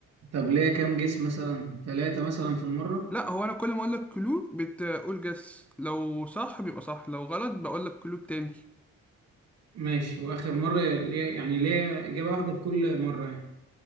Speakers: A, on the right; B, in the centre.
A: طب ليا كام جس مثلا ثلاثه مثلا في المره
B: لا هو انا كل ما اقول لك كلو بتقول جس لو صح بيبقى صح لو غلط بقول لك كلو تاني
A: ماشي واخر مره ليا يعني ليا اجابه واحده في كل مره يعني